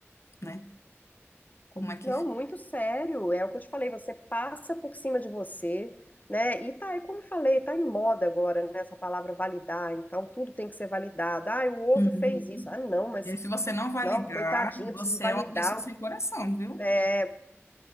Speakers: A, on the left (about 65°); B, on the left (about 35°).
A: né? Como é que
B: Não,
A: fica?
B: muito sério. É o que eu te falei, você passa por cima de você, né? E tá, e como eu falei, tá em moda agora, né, essa palavra validar, então tudo tem que ser validado. Ah, o outro
A: Uhum.
B: fez isso. Ah, não, mas
A: E aí, se você não validar,
B: não, coitadinho, eu
A: você
B: preciso validar.
A: é uma pessoa sem coração, viu?
B: É,